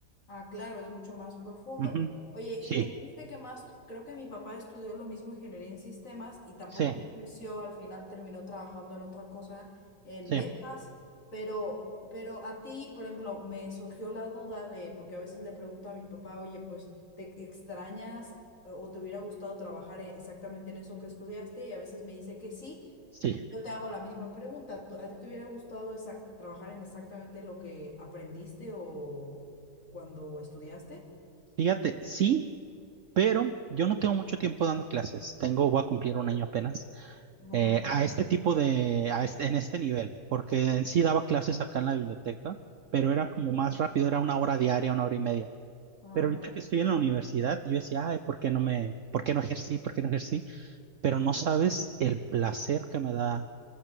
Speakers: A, on the left (about 45°); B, on the right (about 60°).
A: Ah, claro, es mucho más profundo.
B: Ujú.
A: Oye, y
B: Sí,
A: me dijiste que más, creo que mi papá estudió lo mismo, ingeniería en sistemas, y tampoco
B: sí.
A: ejerció, al final terminó trabajando en otra cosa, en
B: Sí,
A: ventas, pero, pero a ti, por ejemplo, me surgió la duda de, porque a veces le pregunto a mi papá, oye, pues, ¿te extrañas eh, o te hubiera gustado trabajar eh, exactamente en eso que estudiaste? Y a veces me dice que sí,
B: sí.
A: y yo te hago la misma pregunta, ¿tú- ¿a ti te hubiera gustado esa- trabajar en exactamente lo que aprendiste o cuando estudiaste?
B: Fíjate, sí, pero yo no tengo mucho tiempo dando clases. Tengo, voy a cumplir un año apenas
A: Ujú,
B: eh, a este tipo de, a este- en este nivel, porque en sí daba clases acá en la biblioteca, pero era como más rápido, era una hora diaria, una hora y media.
A: Ajá.
B: Pero ahorita que estoy en la universidad, yo decía, ay, ¿por qué no me, por qué no ejercí, por qué no ejercí? Pero no sabes el placer que me da